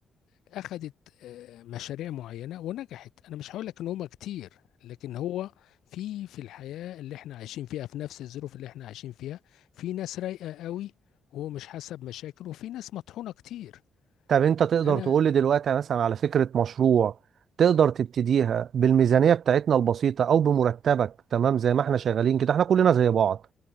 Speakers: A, on the left; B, on the right.
A: اخدت آه، مشاريع معينة ونجحت انا مش هقول لك ان هما كتير لكن هو في في الحياة اللي احنا عايشين فيها في نفس الظروف اللي احنا عايشين فيها في ناس رايقة قوي وهو مش حاسة بمشاكل وفي ناس مطحونة كتير
B: طب أنت تقدر
A: انا
B: تقول لي دلوقتي يعني مثلا على فكرة مشروع تقدر تبتديها بالميزانية بتاعتنا البسيطة أو بمرتبك تمام زي ما احنا شغالين كده احنا كلنا زي بعض